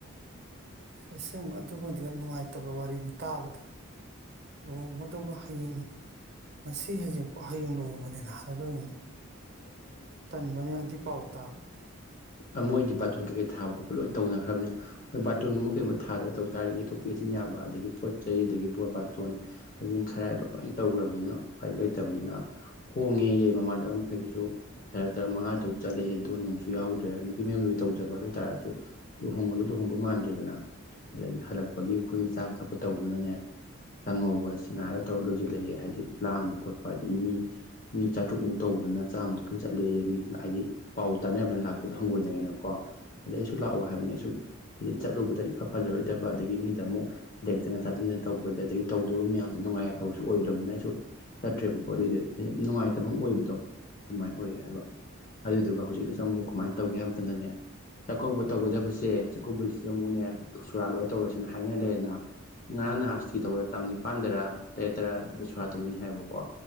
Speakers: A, on the right; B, on the left.
A: ꯑꯁꯦꯡꯕ ꯑꯗꯨꯃꯗꯤ ꯌꯥꯝ ꯅꯨꯡꯉꯥꯏꯇꯕ ꯋꯥꯔꯤꯅꯤ ꯇꯥꯕꯗ ꯂꯨꯍꯣꯡꯒꯗꯧꯕ ꯍꯌꯦꯡ ꯉꯁꯤ ꯍꯖꯡꯀꯣ ꯍꯌꯦꯡ ꯂꯨꯍꯣꯡꯕꯅꯦꯅ ꯍꯥꯏꯔꯒ__
B: ꯎ
A: ꯇꯟꯕ ꯌꯥꯗꯤ ꯄꯥꯎ ꯇꯥꯕꯗꯣ
B: ꯑ ꯃꯣꯏꯗꯤ ꯕꯥꯇꯣꯟ ꯀꯩꯀꯩ ꯊꯥꯕ ꯈꯣꯠꯄ ꯂꯣꯏꯅ ꯇꯧꯅꯈ꯭ꯔꯕꯅꯦ꯫ ꯍꯣꯏ ꯕꯥꯔꯇꯣꯟꯒꯨꯝꯕ ꯀꯩꯨꯝꯕ ꯊꯥꯕ ꯇꯧ ꯇꯥꯔꯗꯤ ꯌꯦꯩꯊꯣꯛꯄ ꯌꯦꯠꯁꯤꯟ ꯌꯥꯕ ꯑꯗꯒꯤ ꯄꯣꯠ ꯆꯩ ꯑꯗꯒꯤ ꯕꯣꯔ ꯕꯥꯔꯇꯣꯟ ꯍꯩꯖꯤꯡ ꯈꯔ ꯂꯣꯏ ꯇꯧꯈ꯭ꯔꯕꯅꯤꯅ ꯎꯄꯥꯏ ꯂꯩꯇꯕꯅꯤꯅ ꯍꯣꯡꯉꯦ ꯌꯩ ꯃꯃꯥꯟꯗ ꯃꯈꯩꯗꯨꯁꯨ ꯇꯔ ꯃꯉꯥ ꯇꯨꯛꯠꯂꯛꯑꯦꯣꯟ ꯅꯣꯡꯨꯁꯨ ꯌꯥꯎꯗ꯭ꯔꯦ ꯅꯨꯄꯤ ꯃꯌꯥꯝꯗꯨꯒꯤ ꯇꯧꯖꯕ ꯑꯗꯨ ꯑꯣꯏꯇꯥꯥꯔꯒꯁꯨ ꯂꯨꯍꯣꯡꯉꯁꯨ ꯂꯨꯍꯣꯡꯕ ꯃꯥꯟꯗ꯭ꯔꯦꯗꯅ ꯑꯗꯒꯤ ꯍꯜꯂꯛꯄꯒꯤ ꯑꯩꯈꯣꯏꯒꯤ ꯆꯥꯕ ꯊꯛꯄ ꯇꯧꯕꯗꯨꯅꯅꯦ ꯆꯪꯉꯧꯒ ꯁꯤꯡꯉꯥꯏꯔꯒ ꯇꯧꯔ ꯂꯣꯏꯁꯤꯜꯂꯛꯑꯦ ꯍꯥꯏꯗꯤ ꯂꯥꯡꯕ ꯈꯣꯠꯄ ꯑꯗꯒꯤ ꯃꯤ ꯃꯤ ꯆꯥꯇ꯭ꯔꯨꯛꯨ ꯇꯗꯨꯅ ꯆꯥꯃꯨꯛꯇꯪ ꯆ ꯂꯩ ꯃꯤ ꯍꯥꯏꯗꯤ ꯄꯥꯎ ꯇꯥꯅꯔꯕꯅꯤꯅ ꯂꯥꯛꯄꯗꯣ ꯍꯪꯒꯣꯏꯅꯔꯦꯅꯀꯣ ꯑꯗꯩ ꯑꯩꯁꯨ ꯂꯥꯛꯑꯣ ꯍꯥꯏꯕꯅꯦ ꯑꯩꯁꯨ ꯍꯥꯏꯗꯤ ꯆꯠꯂꯨꯕꯗ ꯑ ꯐꯖꯔꯣꯏꯗꯕ ꯑꯗꯒꯤ ꯃꯤꯗ ꯑꯃꯨꯛ ꯂꯦꯛꯇꯅ ꯆꯥꯁꯤꯟꯗꯅ ꯇꯧꯕꯗ ꯑꯗꯒꯤ ꯇꯧꯗꯕ ꯃꯌꯥꯝꯗꯣ ꯅꯨꯡꯉꯥꯏ ꯌꯥꯏꯐꯕꯁꯨ ꯑꯣꯏꯗ꯭ꯔꯕꯅꯤꯅ ꯑꯩꯁꯨ ꯆꯠꯇ꯭ꯔꯦꯕꯀꯣ ꯑꯗꯨꯏꯗ ꯅꯨꯡꯉꯥꯏꯇꯕ ꯑꯃ ꯑꯣꯏꯕꯗꯣ ꯑꯣꯏ ꯍꯥꯏꯕ ꯑꯗꯨꯏꯗꯨꯒ ꯍꯧꯖꯤꯛꯅꯁ ꯑꯃꯨꯛ ꯀꯃꯥꯏꯅ ꯇꯧꯒꯦ ꯍꯥꯏꯕ ꯃꯇꯝꯗꯅꯦ ꯆꯥꯛꯀꯧꯕ ꯇꯧꯒꯗꯕꯁꯦ ꯆꯥꯛꯀꯧꯕꯁꯤꯁꯨ ꯑꯃꯨꯛꯅꯦ ꯁꯨꯔꯥꯠ ꯂꯣꯏꯔ ꯇꯧꯔꯁꯤꯅ ꯍꯥꯏꯅ ꯂꯩꯗꯅ ꯉꯔꯥꯡ ꯅꯍꯥꯁꯇꯤ ꯇꯧꯕ ꯇꯥꯡ ꯅꯤꯄꯥꯟꯗꯔꯥ ꯇꯔꯦꯠ ꯇꯔꯥ ꯑꯗꯨꯗ ꯁꯣꯔꯥꯠꯇꯗꯅꯤ ꯍꯥꯏꯕꯀꯣ